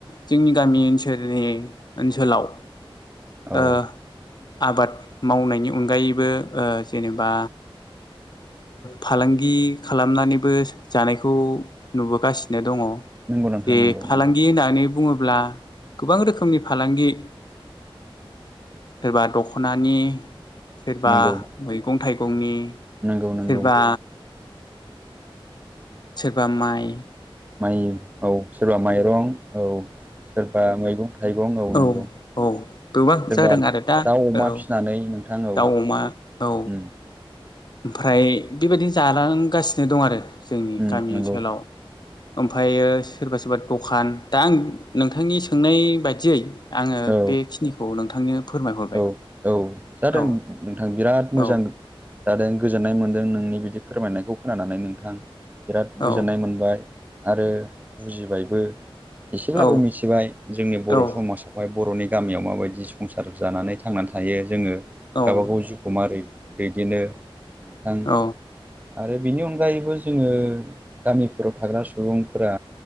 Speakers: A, on the left; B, on the right.
A: जोंनि गामि ओनसोलनि ओनसोलाव
B: औ
A: ओ आबाद मावनायनि अनगायैबो जेनेबा फालांगि खालामनानैबो जानायखौ नुबोगासिनो दङ
B: नंगौ नोंथां
A: जे
B: नंगौ
A: फालांगि
B: नंगौ
A: होननानै बुङोब्ला अब्ला गोबां रोखोमनि फालांगि सोरबा दख'नानि सोरबा
B: नंगौ
A: मैगं थाइगंनि
B: नंगौ नंगौ
A: सोरबा सोरबा माइ
B: माइ औ सोरबा माइरं औ सोरबा मैगं थाइगं औनांगौ
A: औ औ गोबां
B: सोरबा
A: जादों आरो दा
B: दाउ अमा
A: औ
B: फिसिनानै नोंथां औ
A: दाउ
B: ओम
A: अमा औ ओमफ्राय बेबायदिनो जालांगासिनो दं आरो जोंनि
B: उम
A: गामि
B: नंगौ
A: ओनसोलाव ओमफ्रायो सोरबा सोरबा दखान दा आं नोंथांनि सोंनाय बायदियै आङो
B: औ
A: बेखिनिखौ नोंथांनो फोरमायहरबाय
B: औ जादों
A: औ
B: नोंथां बिराद मोजां
A: औ
B: जादों गोजोननाय मोनदों नोंनि बिदि फोरमायनायखौ खोनानानै नोंथां बिराद गोजोननाय
A: औ
B: मोनबाय आरो बुजिबायबो एसेब्लाबो
A: औ
B: मिथिबाय जोंनि बर'
A: औ
B: समाजावहाय बर'नि गामियाव माबायदि संसार जानानै थां थांनानै थायो जोङो
A: औ
B: गावबा गाव जिउखौ मारै दैदेनो नोंथां
A: औ
B: आरो बेनि अनगायैबो जोङो गामिफोराव थाग्रा सुबुंफोरा